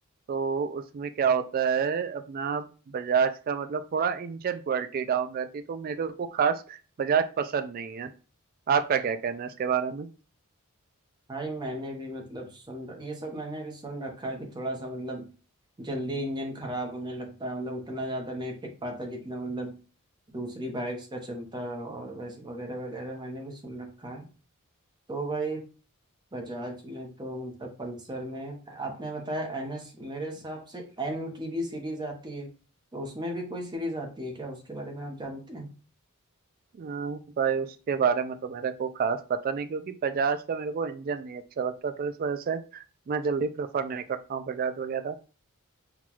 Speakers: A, on the right; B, on the right.
A: तो उसमें क्या होता है अपना बजाज का मतलब थोड़ा इंजन क्वालिटी डाउन रहती है तो मेरे को खास बजाज पसंद नहीं है आपका क्या कहना है इसके बारे में
B: भाई मैंने भी मतलब सुन र- ये सब मैंने भी सुन रखा है कि थोड़ा सा मतलब जल्दी इंजन खराब होने लगता है मतलब उतना ज्यादा नहीं टिक पाता जितना मतलब दूसरी बाइक्स का चलता है और वैसे वगैरह वगैरह मैंने भी सुन रखा है तो भाई बजाज में तो मतलब पल्सर में आपने बताया एनएस मेरे हिसाब से एन की भी सीरीज आती है तो उसमें भी कोई सीरीज आती है क्या उसके बारे में आप जानते हैं
A: अ, भाई उसके बारे में तो मेरे को खास पता नहीं क्योंकि बजाज का मेरे को इंजन नहीं अच्छा लगता तो इस वजह से मैं जल्दी प्रेफर नहीं करता हूँ बजाज वगैरह